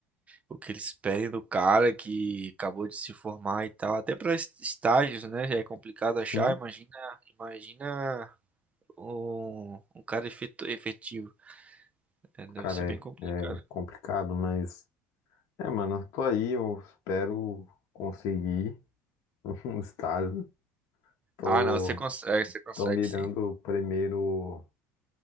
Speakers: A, on the right; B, on the left.
A: o que eles pedem do cara que acabou de se formar e tal, até para estágios, né, já é complicado achar,
B: Sim,
A: imagina, imagina um, um cara efetu- efetivo, né, deve
B: cara,
A: ser bem complicado.
B: é, é complicado, mas. É, mano, eu tô aí, eu espero conseguir <laughs> um estágio. Tô,
A: Ah, não, você consegue, você consegue
B: tô mirando
A: sim.
B: primeiro